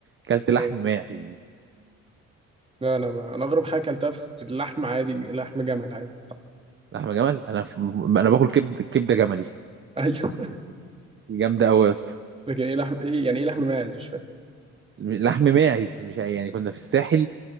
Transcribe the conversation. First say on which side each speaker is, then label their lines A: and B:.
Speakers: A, on the right; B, on the right.
A: اكلت لحم
B: ايه
A: ماعز
B: لا انا ما... انا اغرب حاجه اكلتها في اللحم عادي لحم جمل عادي <laughs>
A: لحم جمل انا في... انا باكل كبد كبده جملي
B: ايوه
A: جامده قوي يا اسطى
B: لكن ايه لحم ايه يعني ايه لحم ماعز مش فاهم
A: لحم ماعز مش يعني كنا في الساحل